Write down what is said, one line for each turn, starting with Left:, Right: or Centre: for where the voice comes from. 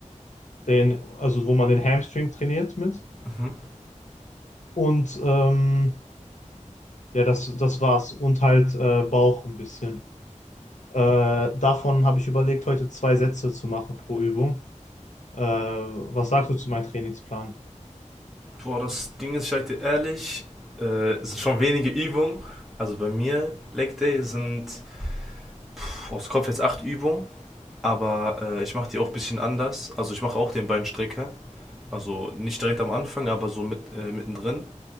Left: den, also wo man den Hamstring trainiert mit.
Centre: mhm.
Left: Und ähm, ja, das, das war's. Und halt äh, Bauch ein bisschen. Äh, davon habe ich überlegt, heute zwei Sätze zu machen pro Übung. Äh, was sagst du zu meinem Trainingsplan?
Centre: Boah, das Ding ist, ich sag dir ehrlich, äh, es sind schon wenige Übungen. Also bei mir, Leg Day sind pff, aus Kopf jetzt acht Übungen, aber äh, ich mache die auch ein bisschen anders. Also ich mache auch den Beinstrecker. Also nicht direkt am Anfang, aber so mit, äh, mittendrin.